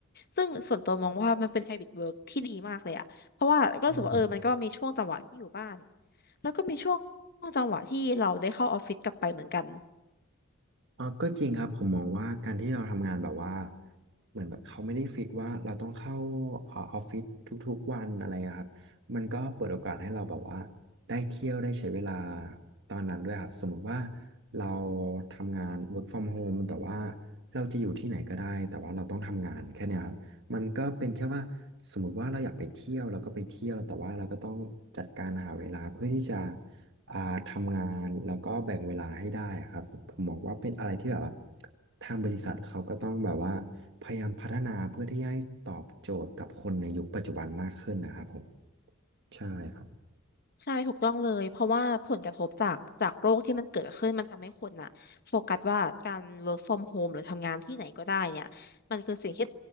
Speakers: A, on the left (about 45°); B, on the right (about 60°).
A: ซึ่งส่วนตัวมองว่ามันเป็นไฮบริดเวิร์กที่ดีมากเลยอะเพราะว่าก็รู้สึกว่าเออมันก็มีช่วงจังหวะที่อยู่บ้าน
B: อืม
A: แล้วก็มีช่วงจังหวะที่เราได้เข้าออฟฟิศกลับไปเหมือนกัน
B: เออก็จริงครับผมมองว่าการที่เราทำงานแบบว่าเหมือนแบบเขาไม่ได้ฟิกว่าเราต้องเข้าเออออฟฟิศทุกๆวันอะไรอะครับมันก็เปิดโอกาสให้เราแบบว่าได้เที่ยวได้ใช้เวลาตอนนั้นด้วยครับสมมติว่าเราทำงาน work from home แต่ว่าเราจะอยู่ที่ไหนก็ได้แต่ว่าเราต้องทำงานแค่เนี้ยครับมันก็เป็นแค่ว่าสมมติว่าเราอยากไปเที่ยวเราก็ไปเที่ยวแต่ว่าเราก็ต้องจัดการหาเวลาเพื่อที่จะ อ่าทำงานแล้วก็แบ่งเวลาให้ได้อะครับผมผมมองว่าเป็นอะไรที่แบบว่าทางบริษัทเขาก็ต้องแบบว่าพยายามพัฒนาเพื่อที่ให้ตอบโจทย์กับคนในยุคปัจจุบันมากขึ้นนะครับผมใช่ครับ
A: ใช่ถูกต้องเลยเพราะว่าผลกระทบจากจากโรคที่มันเกิดขึ้นมันทำให้คนน่ะโฟกัสว่าการ work from home หรือทำงานที่ไหนก็ได้เนี่ยมันคือสิ่งที่